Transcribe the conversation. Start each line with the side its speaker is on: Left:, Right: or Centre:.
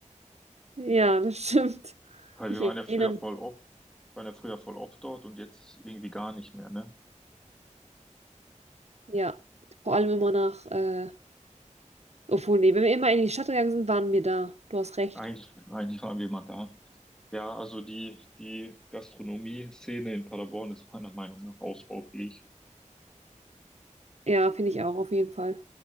Right: Ja, das <laughs> stimmt.
Centre: halt,
Right: Ich
Centre: wir waren ja früher
Right: erinnere
Centre: voll oft, waren ja früher voll oft dort und jetzt irgendwie gar nicht mehr, ne?
Right: Ja, vor allem immer nach, äh, obwohl, nee, wenn wir immer in die Stadt gegangen sind, waren wir da. Du hast recht.
Centre: Eigentlich, eigentlich waren wir mal da. Ja, also die, die Gastronomie-Szene in Paderborn ist meiner Meinung nach ausbaufähig.
Right: Ja, finde ich auch, auf jeden Fall.